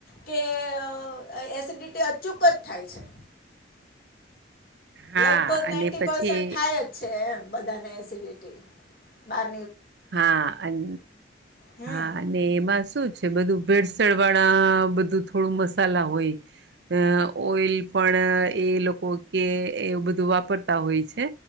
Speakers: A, on the left (about 50°); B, on the right (about 65°).
A: કે અ એસિડિટી અચૂક જ થાય છે.
B: હા
A: લગભગ
B: અને
A: નાઈટી
B: પછી
A: પસૅટ થાય જ છે એમ બધા એસિડિટી બાર
B: હા અન
A: હમ
B: હા અને એમાં શું જ બધું ભેળસણ વાળા બધું થોડું મસાલા હોય અ ઓઈલ પણ એ લોકો કે એ બધું વાપરતા હોય છે,